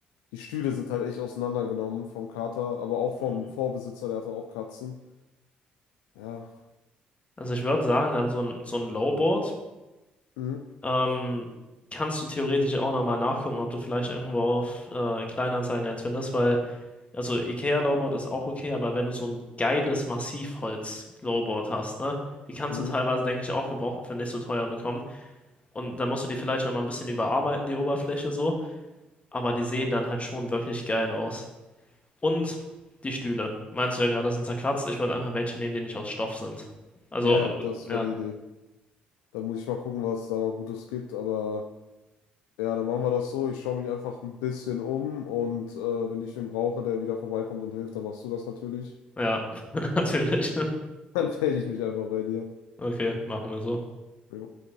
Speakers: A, on the left; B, on the left.
A: Die Stühle sind halt echt auseinandergenommen vom Kater, aber auch vom
B: Mhm.
A: Vorbesitzer, der hatte auch Katzen. Ja,
B: also ich würde sagen, dann so ein, so ein Lowboard.
A: mhm.
B: Ähm, kannst du theoretisch auch nochmal nachgucken, ob du vielleicht irgendwo auf äh, Kleinanzeigen eins findest, weil, also IKEA-Lowboard ist auch okay, aber wenn du so ein geiles Massivholz-Lowboard hast, ne? Die kannst
A: Mhm.
B: du teilweise, denke ich, auch gebraucht für nicht so teuer bekommen. Und dann musst du die vielleicht nochmal ein bisschen überarbeiten, die Oberfläche so. Aber die sehen dann halt schon wirklich geil aus. Und die Stühle. Meinst du ja gerade, sind zerkratzt. Ich würde einfach welche nehmen, die nicht aus Stoff sind. Also,
A: Ja, ja, das
B: ja.
A: war die Idee. Da muss ich mal gucken, was es da mal Gutes gibt, aber ja, dann machen wir das so. Ich schaue mich einfach ein bisschen um und äh, wenn ich wen brauche, der wieder vorbeikommt und hilft, dann machst du das natürlich.
B: Ja, <laughs> natürlich.
A: <laughs> Dann melde ich mich einfach bei dir.
B: Okay, machen wir so.
A: Jo.